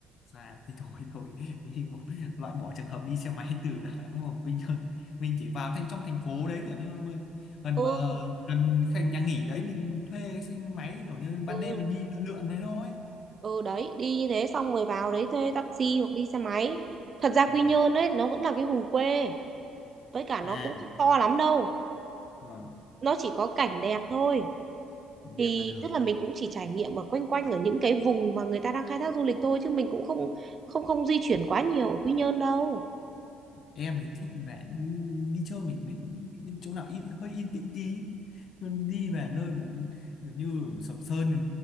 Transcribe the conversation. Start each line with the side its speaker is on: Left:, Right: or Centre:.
Left: xa thì thôi thôi <laughs> thì bỏ- loại bỏ trường hợp đi xe máy từ Đà Nẵng vào Quy Nhơn mình chỉ vào thành trong thành phố đấy kiểu như mình, gần
Right: ừ
Left: mà gần cái nhà nghỉ đấy mình thuê cái xe máy kiểu như ban
Right: ừ
Left: đêm mình đi lượn lượn đấy thôi
Right: ừ đấy đi như thế xong rồi vào đấy thuê taxi hoặc đi xe máy thật ra Quy
Left: vâng
Right: Nhơn ấy nó vẫn là cái vùng quê với cả nó
Left: à
Right: cũng không to lắm đâu
Left: vâng
Right: nó chỉ có cảnh đẹp thôi
Left: đẹp
Right: thì
Left: là được
Right: tức là mình cũng chỉ trải nghiệm ở quanh quanh ở những cái vùng mà người ta đang khai thác du lịch thôi chứ mình cũng không không không di chuyển quá nhiều ở Quy Nhơn đâu
Left: em thì thích vẻ đi chơi mình phải đi chỗ nào yên, hơi yên tĩnh tí nhưng đi về nơi mà kiểu như Sầm Sơn nó-